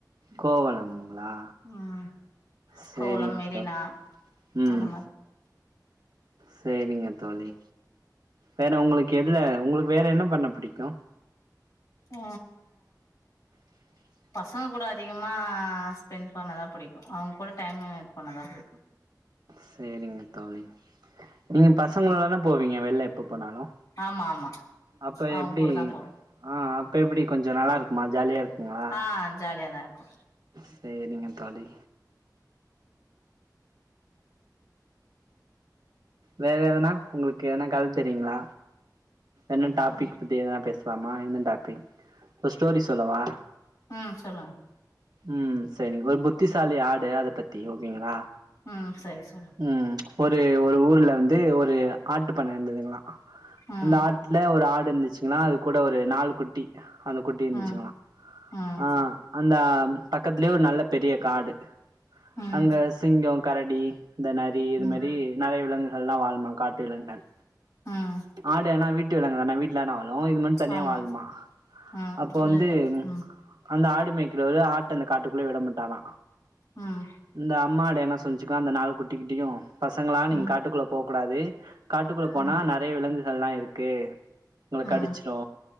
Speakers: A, on the right; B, on the left.
A: கோவுலம்ங்களா
B: ம்
A: சேரிங்க
B: கோவலம் மெரினா
A: தோழி ம்
B: அந்த மாரி
A: சேரிங்க தோழி வேற உங்களுக்கு எதுல உங்களுக்கு வேற என்ன பண்ண பிடிக்கு
B: ஏ
A: உஹ <inaudible>
B: பசங்க கூட அதிகமா ஸ்பெண்ட் பண்ணதா புடிக்கு அவுங்க கூட டைமு ஆட் பண்ணதா புடிக்கோ
A: செரிங்க தோழி நீங்க பசங்களோட தான போவீங்க வெள்ல எப்ப போனாலு
B: ஆமா ஆமா
A: அப்ப
B: அவுங்
A: எப்டி
B: கூட தா போவே
A: ஆ அப்ப எப்டி கொஞ்சோ நல்லா இருக்குமா ஜாலியா இருக்குங்களா
B: ஆ ஜாலியா தா இருக்கு
A: சேரிங்க தோழி வேற எதனா உங்களுக்கு எதனா கத தெரியுங்களா என்ன டாபிக்
B: ம்
A: அப்டி எதனா பேசலாமா எந்த டாபிக் ஒரு ஸ்டோரி சொல்லவா
B: ம் சொல்லுங்க
A: ம் செரிங்க ஒரு புத்திசாலி ஆடு அத பத்தி ஓகேங்களா
B: ம் சரி சொல்லுங்க
A: ம் ஒரு ஒரு ஊர்ல வந்து ஒரு ஆட்டு பண்ணை இருந்ததுங்களா
B: ம்
A: இந்த ஆட்டு ல ஒரு ஆடு இருந்துச்சுங்கள்ள அது கூட ஒரு நாலு குட்டி அந்த குட்டி இருந்துச்சுங்கலா
B: ம் ம்
A: ஆ அந்த பக்கத்திலயே ஒரு நல்ல பெரிய காடு
B: ம்
A: அங்க சிங்கோ கரடி இந்த நரி இது
B: ம்
A: மாரி நெறைய விலங்குகள்லா வாழுமாங் காட்டு விலங்குங்கள்
B: ம்
A: ஆடு ஏனா வீட்டு விலங்கு தானே வீட்ல தானே வாழு இது மட் தனியா
B: ஆமா
A: வாழுமா
B: ம்
A: அப்போ
B: இல்ல
A: வந்து
B: இல்ல ம்
A: அந்த ஆடு மேய்க்ரவர் ஆட்ட அந்த காட்டுக்குள்ளேயே விட மாட்டாரா
B: ம்
A: இந்த அம்மா ஆடு என்ன சொல்லிச்சுங்கலா அந்த நாலு குட்டிகிட்டயு பசங்களா நீங்க
B: ம்
A: காட்டுக்குள்ள போ கூடாது காட்டுக்குள்ள போனா
B: ம்
A: நெறைய விலங்குகள்லா இருக்கு உங்கள
B: ம்
A: கடிச்சுறு